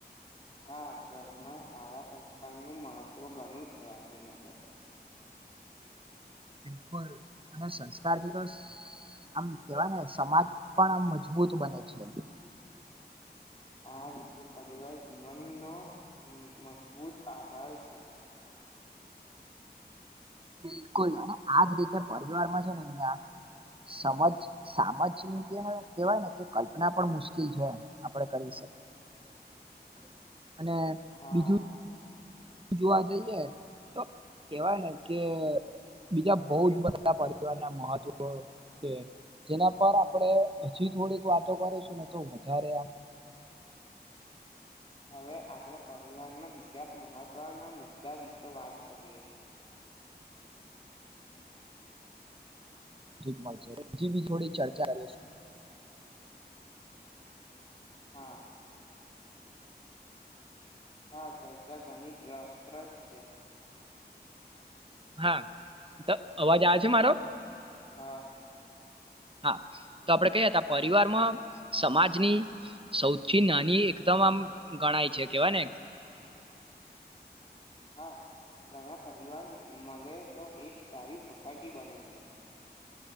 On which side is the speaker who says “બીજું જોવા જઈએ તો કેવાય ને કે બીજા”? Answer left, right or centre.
Right